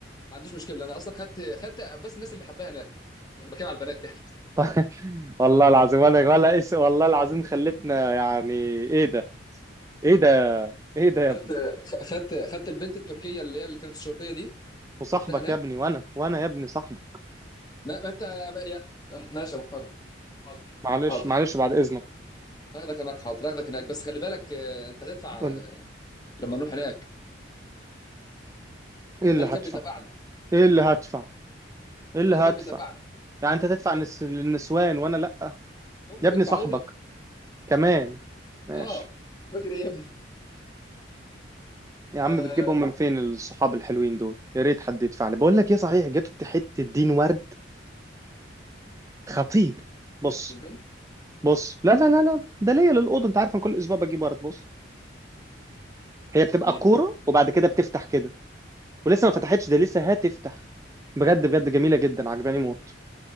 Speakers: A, on the left; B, on the right.
A: ما عنديش مشكله انا اصلا خدت خدت بس الناس اللي بحبها هناك يعني بتكلم على البنات يعني
B: <laughs> والله العظيم ولا ولا اس والله العظيم خلتنا يعني ايه ده ايه ده ايه ده يا
A: خدت
B: ابني
A: خدت خدت البنت التركيه اللي هي اللي كانت الشرطيه دي
B: وصاحبك
A: خدتها هناك
B: يا ابني وانا وانا يا ابني صاحبك
A: لا ما انت ما يا ماشي يا محترم حاضر
B: معلش
A: حاضر
B: معلش بعد اذنك
A: هاخدك هناك حاضر هاخدك هناك بس خلي بالك آه، انت هتدفع
B: قول
A: آه،
B: لي
A: لما نروح هناك
B: ايه
A: هو
B: اللي
A: ده اللي
B: هدفع
A: كان بيدفع لي
B: ايه اللي هدفع ايه اللي
A: ده اللي
B: هدفع
A: كان بيدفع لي
B: يعني انت تدفع
A: هو
B: للنس- للنسوان وانا لا
A: هم
B: يا ابني
A: بيدفعوا
B: صاحبك
A: لي
B: كمان ماشي
A: اه فاكر ايه يا ابني
B: يا
A: آه
B: عم بتجيبهم من فين الصحاب الحلوين دول يا ريت حد يدفع لي بقول لك ايه صحيح جبت حتة دين ورد خطير بص
A: البنت
B: بص لا لا لا لا ده ليا للأوضة انت عارف انا كل اسبوع بجيب ورد بص هي بتبقى
A: جميل
B: كورة وبعد كده بتفتح كده ولسه
A: اه
B: ما فتحتش ده لسه هتفتح بجد بجد جميلة جدا عجباني موت